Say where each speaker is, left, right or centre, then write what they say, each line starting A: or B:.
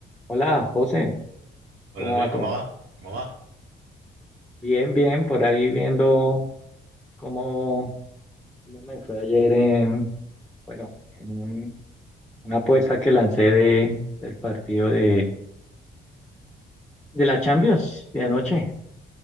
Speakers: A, in the centre; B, on the right.
A: Hola, José,
B: Hola
A: ¿cómo
B: Luis,
A: va
B: ¿cómo
A: todo?
B: va? ¿Cómo va?
A: Bien, bien, por ahí viendo cómo, cómo me fue ayer en, bueno, en un- una apuesta que lancé de, del partido de, de la Champions de anoche,